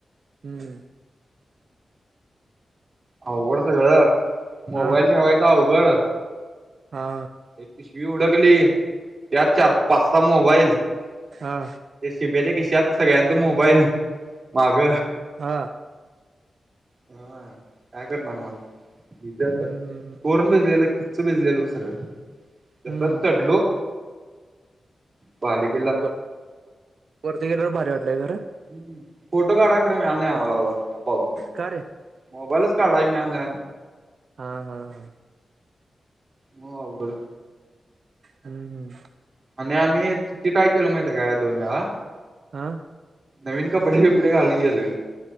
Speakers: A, on the right (about 60°); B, on the right (about 35°).
A: हम्म.
B: अवघड सगळं मोबाईल
A: हा
B: ठेवायचं अवघड
A: हा.
B: एक पिशवी हुडकली यात चार पाच सहा मोबाईल ते
A: हा
B: शिब्याच्या खिशात सगळ्यांच मोबाईल माग
A: हा.
B: हा. काय करणार मग त्याच
A: हम्म
B: आता
A: हम्म
B: पूर्ण भिजलेलं किच्च भिजलेलं बघ सगळं तसच
A: हम्म
B: चढलो बालीत
A: वर वरती गेल्यावर भारी वाटलंय खरं.
B: हम्म फोटो काढाय खर मिळाल नाही आम्हाला वर पावसात
A: का रे
B: मोबाईलच काढाय मिळालनाय
A: हा हा हा.
B: म अवघड
A: हम्म हम्म
B: आणि आम्ही चुकी काय केल माहित आहे काय दोन वेळा
A: आ
B: नवीन कपडे बिपडे घालून गेलेले